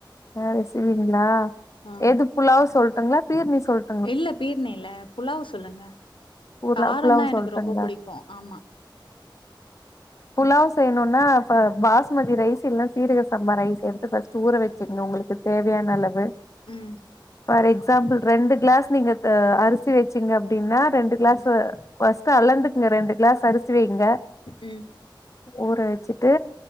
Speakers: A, on the left; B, on the left.
A: ஆ ரெசிபிங்ளா
B: ஆ
A: எது புலாவு சொல்ட்டுங்களா பீர்னி சொல்
B: இல்ல பீர்னில புலாவ் சொல்லுங்க
A: புலா
B: காரோ
A: புலாவ்
B: தா எனக்கு
A: சொல்ட்டுங்களா
B: ரொம்ப புடிக்கு ஆம்மா
A: புலாவ் செய்யணுனா பா பாஸ்மதி ரைஸ் இல்னா சீரக சாம்பா ரைஸ் எடுத்து ஃபஸ் ட்டு ஊற வச்சுக்கணு உங்களுக்கு தேவையான அளவு
B: ம்
A: ஃபார் எக்ஸாம்பிள் ரெண்டு க் ளாஸ் நீங்க த அரிசி வச்சீங்க அப்டின்னா ரெண்டு கிளாஸ்ஸூ
B: ம்
A: ஃபஸ்ட்டு அளந்துக்ங்க ரெண்டு க்ளாஸ் அரிசி வைங்க
B: ம்
A: ஊற வச்சிட்டு